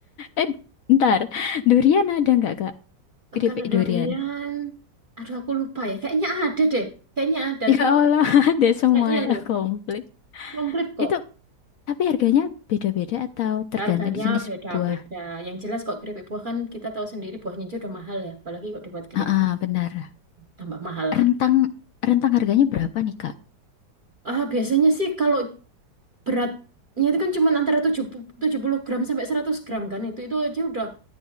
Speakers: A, on the left; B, on the right.
A: Eh, ntar. Durian ada nggak, Kak? Keripik
B: Eh, Kalau durian,
A: durian.
B: aduh aku lupa ya. Kayaknya ada deh, kayaknya ada.
A: Ya
B: Cuma
A: Allah, <laughs> ada semuanya
B: kayaknya loh,
A: komplit.
B: komplit kok.
A: Itu, tapi harganya beda-beda atau tergantung
B: Harganya
A: jenis
B: beda-beda.
A: buah?
B: Yang jelas kok keripik buah kan kita tahu sendiri buahnya aja udah mahal ya. Apalagi kok dibuat keripik
A: Ah, ah, benar.
B: tambah mahal lagi.
A: Rentang, rentang harganya berapa nih, Kak?
B: Ah, biasanya sih kalau beratnya itu kan cuma antara tujuh puluh tujuh puluh gram sampai seratus gram kan itu itu aja udah